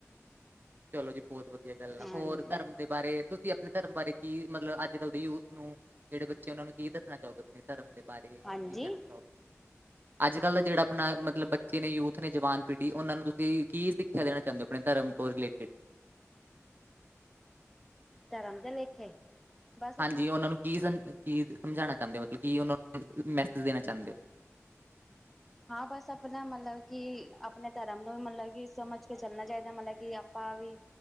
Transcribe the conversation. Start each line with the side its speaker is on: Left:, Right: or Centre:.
Right: ਚਲੋ ਜੀ ਬੋਤ ਵਧੀਆ ਗੱਲ ਆ
Centre: ਹਾਂਜੀ
Right: ਹੋਰ ਧਰਮ ਦੇ ਬਾਰੇ ਤੁਸੀਂ ਆਪਣੇ ਧਰਮ ਬਾਰੇ ਕੀ ਮਤਲਵ ਅੱਜ-ਕੱਲ ਦੇ ਯੂਥ ਨੂੰ ਜੇੜੇ ਬੱਚੇ ਓਨਾਂ ਨੂੰ ਕੀ ਦੱਸਣਾ ਚਾਓਗੇ? ਆਪਣੇ ਧਰਮ ਦੇ ਬਾਰੇ
Centre: ਹਾਂਜੀ
Right: ਕੀ ਕੈਣਾ ਚਾਹੋ ਅੱਜ-ਕੱਲ ਦਾ ਜੇੜਾ ਆਪਣਾ ਮਤਲਵ ਬੱਚੇ ਨੇ ਯੂਥ ਨੇ ਜਵਾਨ ਪੀੜ੍ਹੀ ਓਨਾਂ ਨੂੰ ਤੁਸੀਂ ਕੀ ਸੀਖੇਆ ਦੇਣਾ ਚਾਦੇ ਓ ਆਪਣੇ ਧਰਮ ਤੋਂ ਰਿਲੇਟਿਵ?
Centre: ਧਰਮ ਦੇ ਲੇਖੇ? ਬਸ
Right: ਹਾਂਜੀ ਓਨਾਂ ਨੂੰ ਕੀ ਸਮਾ ਕੀ ਸਮਝਾਣਾ ਚਾਦੇ ਓ ਮਤਲਵ ਕੀ ਓਨਾਂ ਨੂੰ ਮੈਸੇਜ ਦੇਣਾ ਚਾਦੇ ਓ?
Centre: ਹਾਂ ਬਸ ਆਪਣਾ ਮਲਵ ਕੀ ਆਪਣੇ ਧਰਮ ਨੂੰ ਵੀ ਮਲਵ ਕੀ ਸਮਝ ਕੇ ਚੱਲਣਾ ਚਾਈ ਦਾ ਮਲਵ ਕਿ ਆਪਾਂ ਵੀ